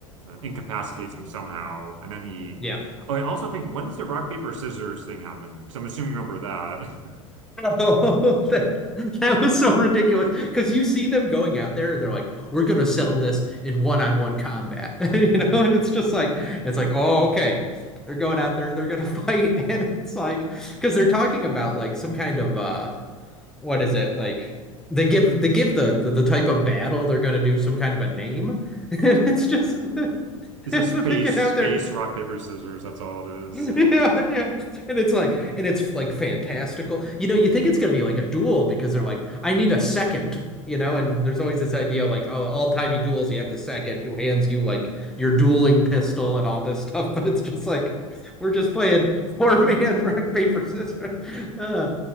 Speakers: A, on the right; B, in the centre.
A: uh, incapacitates him somehow. And then he
B: Yeah.
A: oh, I also think when does the rock paper scissors thing happen? Because I'm assuming you remember that. <laughs>
B: Oh, <laughs> that, that was so ridiculous. Because you see them going out there and they're like, we're going to settle this in one-on-one combat. <laughs> You know, and it's just like, it's like, oh, okay. They're going out there, they're going to fight. <laughs> And it's like, because they're talking about like some kind of, uh, what is it? Like, they give they give the the, the type of battle they're going to do some kind of a name. <laughs> And it's just, <laughs>
A: Is
B: they
A: this space
B: get out
A: space
B: there.
A: rock paper scissors? That's all it
B: <laughs>
A: is.
B: Yeah,
A: <laughs>
B: yeah. And it's like, and it's like fantastical. You know, you think it's gonna be like a duel because they're like, I need a second, you know, and there's always this idea like, oh, all timey duels, you have the second who hands you like your dueling pistol and all this stuff, <laughs> but it's just like we're just playing four man <laughs> rock, paper, scissors. <laughs> Uh,